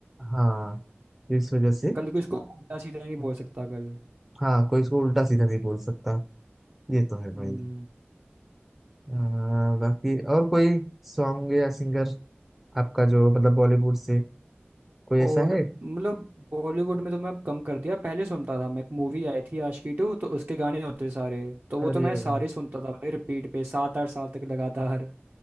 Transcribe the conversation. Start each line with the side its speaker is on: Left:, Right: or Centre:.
Centre: हाँ तो इस वजह
Right: कि
Centre: से
Right: कल को इसको उल्टा सीधा नहीं बोल सकता कल
Centre: हाँ कोई इसको उल्टा सीधा नहीं बोल सकता ये तो है
Right: हम्म
Centre: भाई आ, बाकी और कोई सॉन्ग या सिंगर आपका जो मतलब बॉलीवुड से कोई ऐसा
Right: और
Centre: है
Right: मतलब बॉलीवुड में तो मैं अब कम कर दिया पहले सुनता था मैं एक मूवी आई थी आशिकी टू तो उसके गाने होते सारे तो वो
Centre: अरे
Right: तो मैं
Centre: भाई
Right: सारे सुनता था भाई रिपीट पे सात आठ साल तक लगातार